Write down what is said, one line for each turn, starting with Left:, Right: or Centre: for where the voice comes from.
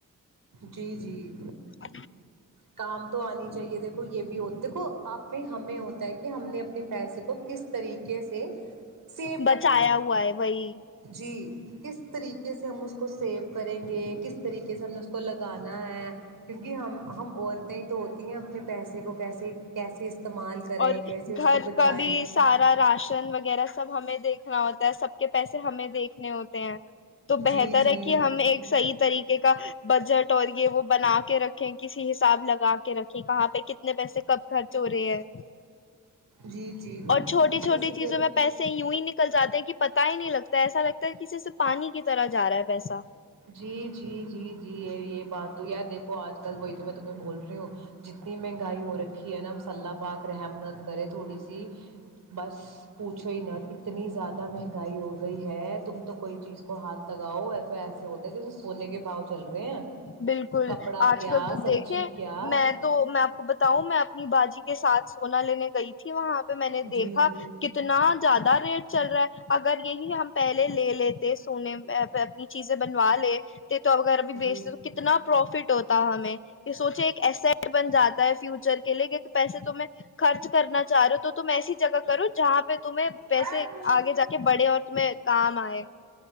Right: جی جی
Left: ا
Right: کام تو آنی چاہیے دیکھو یہ بھی ہو دیکھو آپ میں ہمیں ہو ہے کہ ہم نے اپنے پیسے کو کس طریقے سے سیو کرنا
Left: بچایا ہوا ہے وہی
Right: جی کس طریقے سے ہم اس کو سیو کریں گے کس طریقے سے ہم نے اس کو لگانا ہے کیونکہ ہم ہم عورتیں تو ہوتی ہیں اپنے پیسے کو کیسے کیسے استعمال کریں
Left: اور
Right: کیسے اس
Left: گھر
Right: کو بچائیں
Left: کا بھی سارا راشن وغیرہ سب ہمیں دیکھنا ہوتا ہے سب کے پیسے ہمیں دیکھنے ہوتے ہیں تو بہتر
Right: جی جی
Left: ہے کہ ہم ایک صحیح طریقے کا بجٹ اور یہ وہ بنا کے رکھیں ک حساب لگا کے رکھے کہاں پہ کتنے پیسے کب خھرچ ہو رہے ہیں
Right: جی جی
Left: اور چھوٹی چھوٹی
Right: اسی
Left: چیزوں
Right: لیے تو
Left: میں پیسے یوں ہی نکلتے جے ہیں کہ پ <unintelligible> ہی نہیں لگتا ایسا لگتا ہے کسی سے پانی کے طرح جا رہا ہے پیسا
Right: جی جی جی جی یہ یہ بات تو یار دیکھو آج کل وہی تو میں تمہیں بول رہی ہوں جتنی مہنگائی ہو رکھی ہے نا مس اللہ پاک رحم مت کرے تھوڑی سی بس پوچھو ہی نہ اتنی زیادہ مہنگائی ہو گئی ہے تم تو کوئی چیز کو ہاتھ لگاؤ ای تو ایسا ہوتا ہے جیسے سونے کے باؤ چل رہے ہیں
Left: بالکل
Right: کپڑا
Left: آج
Right: کیا
Left: کل تو
Right: سبزی
Left: دیکھیں
Right: کیا
Left: میں تو میں آپ کو بتاؤں میں اپنی باجی کے ساتھ سونا لینے کا گئی تھی وہاں پہ میں نے دیکھا
Right: جی جی
Left: کتنا زیادہ ریٹ چل رہا ہے اگر یہی ہم پہلے لے لیتے سونے اپنی چیزیں بنوا لے ت تو وغیرہ بھی بیچ
Right: جی
Left: س اتنا پروف فٹ ہوتا ہمیں کہ سوچے ایک ایسٹ بن جاتا ہے فیوچر کے لیے کہ پیسے تم خرچ کرنا چاہ رہے ہو تو تم ایسی جگہ کرو جہاں پہ تمہیں
Right: جی
Left: پیسے آگے جا کے بڑھے اور تمہیں کام آئے